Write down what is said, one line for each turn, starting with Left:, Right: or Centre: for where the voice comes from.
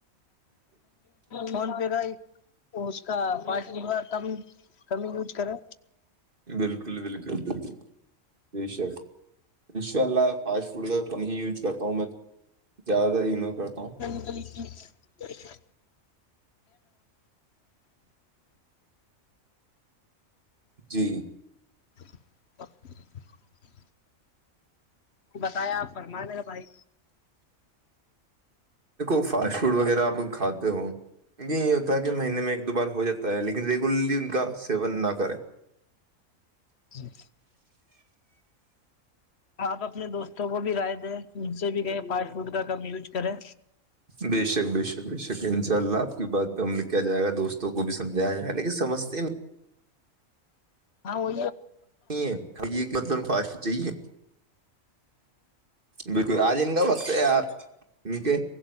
Left: فون پہیر ہی تو اس کا پٹ لیا کم کم یوز کرے
Right: بالکل بالکل بالکل ش انشاء اللہ فاسٹ فوڈ کا کم ہی یوز کرتا ہوں میں زیادہ تر کرتا ہوں
Left: ھم کیا
Right: جی
Left: <inaudible> بتایا آپ فرما لے گا بھائی
Right: دیکھو فاسٹ فوڈ وغیرہ آپ کھاتے ہو یہ یہ ہوتا ہے کہ مہینے میں ایک دو بار ہو جاتا ہے لیکن ریگولرلی ان کا سیون نہ کریں
Left: جی آپ اپنے دوستوں کو بھی رائے دیں ان سے بھی کہئے فاسٹ فوڈ کا کم یوز کریں
Right: بے شک بے شک بے شک انشاء اللہ آپ کی بات پہ ہم لکھ کیا جائے گا دوستوں کو بھی سمجایا جائے گا لیکن سمجتے میں
Left: ہاں وہ
Right: نہیں ہے یہ ایک مطلب فاسٹ فوڈ چاہیے
Left: <inaudible>
Right: بالکل آج ان کا وقت ہے آ ان کے